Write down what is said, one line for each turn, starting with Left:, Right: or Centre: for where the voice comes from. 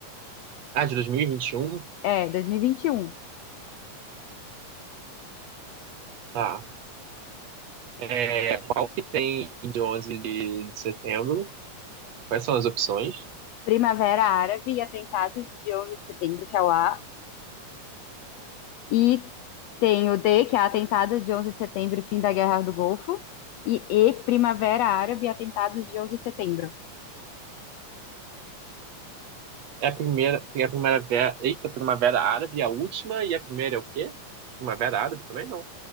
Right: Ah, de dois mil e e vinte e um,
Left: É, 2021.
Right: Tá. É, qual que tem de 11 de, de setembro? Quais são as opções?
Left: Primavera Árabe e atentados de 11 de setembro, que é o A. E tem o D, que é atentado de 11 de setembro e fim da Guerra do Golfo. E E, Primavera Árabe e atentados de 11 de setembro.
Right: É a primeira, tem a primavera, eita, primavera árabe, a última, e a primeira é o quê? Primavera árabe também não.